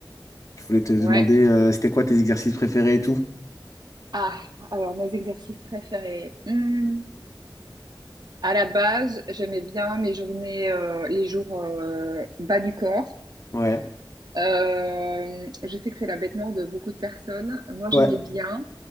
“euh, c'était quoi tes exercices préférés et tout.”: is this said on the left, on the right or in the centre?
Left